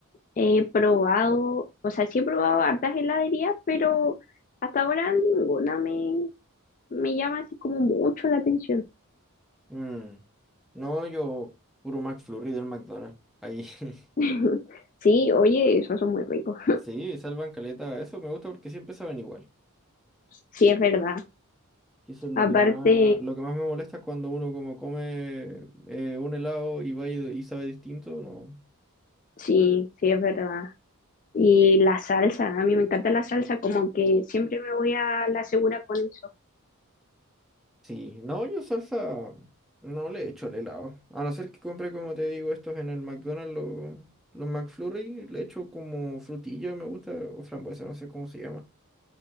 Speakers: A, on the left; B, in the centre.
A: He probado, o sea, sí he probado hartas heladerías, pero hasta ahora ninguna me, me llama así como mucho la atención.
B: Mm, No, yo puro McFlurry del McDonald's. Ahí. <laughs>
A: <laughs> Sí, oye, esos son muy ricos.
B: Sí, salvan caleta. Eso me gusta porque siempre saben igual.
A: Sí, es verdad.
B: Que eso es lo
A: Aparte,
B: que más, lo que más me molesta es cuando uno como come eh, un helado y va y, y sabe distinto, no.
A: sí, sí, es verdad. Y la salsa, a mí me encanta la salsa, como que siempre me voy a la segura con eso.
B: Sí, no, yo salsa no le echo al helado. A no ser que compre, como te digo, estos en el McDonald's, los, los McFlurry, le echo como frutilla, me gusta, o frambuesa, no sé cómo se llama.